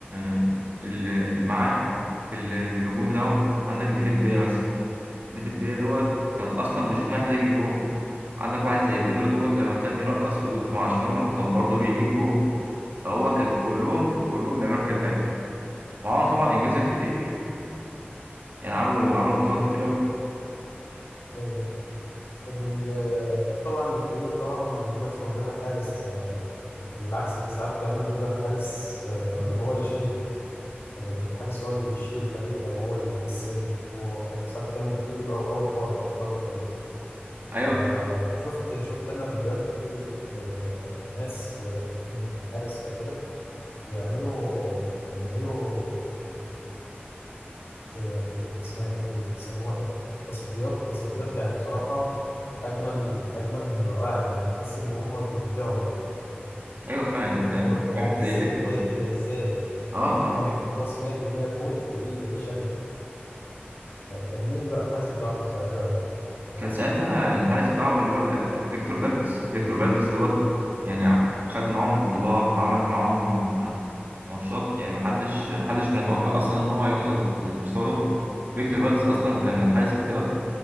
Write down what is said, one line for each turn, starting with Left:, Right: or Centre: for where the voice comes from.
Right: آه، ال- اللي معاه في ال- في الهجوم بتاعه عندك ديفيد فيا مثلا ديفيد فيا دوت كان اصلا بيشوط ما يحتاج جون عندك واحد زي بيدرو دوت لما كان يرقص ويقط مع شماله كان برضه بيجيب جون فهو كان كلهم كلهم بيعملوا حاجات حلوه وعملوا طبعا انجازات كتير يعني عملوا عملوا بطولات
Left: آه.
Right: كتير قوي
Left: أيوه وال- أكيد طبعا الفريق طبعا ما بيكملش من غير الحارس وبالعكس ساعات كمان بيبقى الحارس آه، هو اللي شايل يعني الحارس هو اللي بيشيل الفريق أو هو اللي بيكسبه وساعات كمان كتير بيبقى هو قائد قائد الفريق
Right: ايوه
Left: ف-
Right: فا-
Left: وشفت شفت أنا فيديوهات كتير للناس آه، حارس أو كده بيعملوا يعني بيعملوا زي ما بت- اسمها إيه بيسموها إيه تصديات تصديات يعني بصراحة أجمل أجمل من رائع يعني تحس إن هم بيبدعوا
Right: ايوه فعلا انت
Left: اللي هو انت انت
Right: واحد زي
Left: ازاي
Right: فيكتور
Left: جبتها كده ازاي
Right: اه اه
Left: حاجه خلاص 100% جون تلاقيه شالها كان مين بقى الحارس بتاعهم ساعتها
Right: كان ساعتها الحارس بتاعهم اللي هو ال- فيكتور فالديز فيكتور فالديز دوت يعني خد معاهم بطولات وعمل معاهم ماتشات يعني محدش محدش كان يتوقع اصلا ان هو هيوصل للمستوى دوت فيكتور فالديز اصلا كان حارس احتياط